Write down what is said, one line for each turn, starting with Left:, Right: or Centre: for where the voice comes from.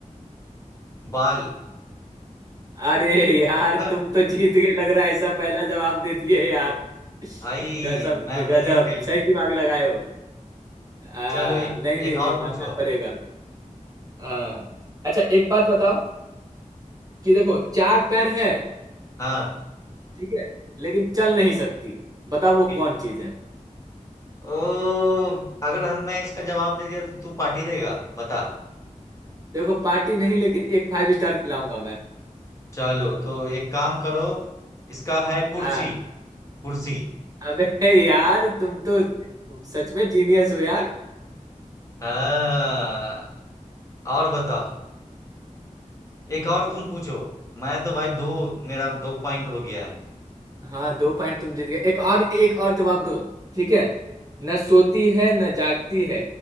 Left: बाल
Right: अरे यार
Left: <laughs>
Right: तुम तो जीत गए लग रहा है ऐसा पहला जवाब दे दिए यार
Left: भाई
Right: गजब
Left: मैं हूं
Right: गजब
Left: इंटेलिजेंट
Right: सही दिमाग लगाए हो आ,
Left: चलो ए-
Right: नहीं नहीं
Left: एक
Right: नहीं
Left: और पूछो
Right: मानना पड़ेगा हाँ अच्छा एक बात बताओ कि देखो चार पैर है
Left: हाँ
Right: ठीक है लेकिन चल नहीं सकती बताओ वो
Left: ठीक
Right: कौन चीज है
Left: ओ अगर हम मैं इसका जवाब दे दिया तो तू पार्टी देगा बता
Right: देखो पार्टी नहीं लेकिन एक फाइव स्टार खिलाऊंगा मैं
Left: चलो तो एक काम करो इसका है कुर्सी
Right: हाँ
Left: कुर्सी
Right: अबे यार तुम तो सच में जीनियस हो यार
Left: हाँ और बताओ एक और तुम पूछो मैं तो भाई दो मेरा दो पॉइंट हो गया
Right: हाँ दो पॉइंट तुम जीत गए एक और एक और जवाब दो ठीक है न सोती है न जागती है